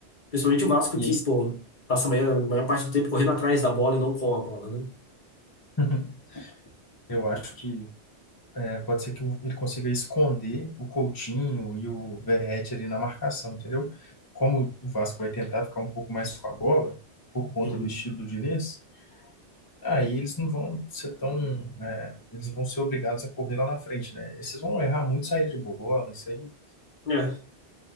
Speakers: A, on the left; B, on the left.
A: Principalmente o Vasco
B: E
A: que,
B: aí, sim,
A: pô, passa a maior, a maior parte do tempo correndo atrás da bola e não com a bola, né?
B: <laughs> eu acho que é, pode ser que o- ele consiga esconder o Coutinho e o Verratti ali na marcação, entendeu? Como o Vasco vai tentar ficar um pouco mais com a bola, por conta
A: Sim.
B: do estilo do Diniz, Aí eles não vão ser tão. é, eles vão ser obrigados a correr lá na frente, né? Esses vão errar muito saída de bola, isso aí
A: É.